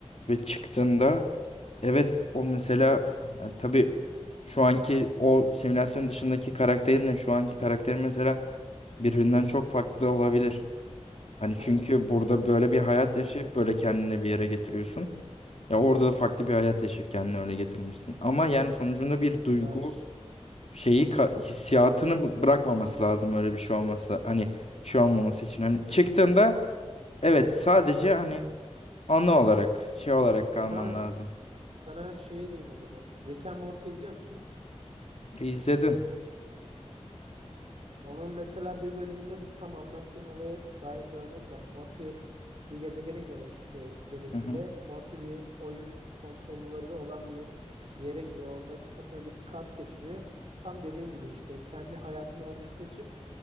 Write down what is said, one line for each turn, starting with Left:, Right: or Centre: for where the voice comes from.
Left: ve çıktığında evet o mesela yani tabii şu anki o simülasyon dışındaki karakterinle şu anki karakterim mesela birbirinden çok farklı olabilir. Hani
Right: Aynen
Left: çünkü
Right: çok
Left: burada böyle bir hayat
Right: çok
Left: yaşayıp
Right: doğru.
Left: böyle kendini bir yere getiriyorsun. Ya orada da farklı bir hayat yaşayıp kendini öyle getirmişsin. Ama yani sonucunda bir duygu
Right: Ya ş-
Left: şeyi ka- hissiyatını b- bırakmaması
Right: aynen.
Left: lazım öyle bir şey olması. Hani şey olmaması için. Hani çıktığında evet sadece hani anı olarak şey olarak kalman
Right: Ama
Left: lazım.
Right: s- sana şey diyeyim o zaman. Rick and Morty izliyor musun?
Left: İzledin.
Right: Onun mesela bir bölümünde bu tam anlattığın olaya dair bir örnek var. Morty bir gezegene gidiyorlar işte dedesiyle.
Left: Hı hı.
Right: Morty bir oyun konsolları olan bir bir yere gidiyor. Orada kafasına bir kas geçiriyor. Tam dediğin gibi işte kendi hayatını orada seçip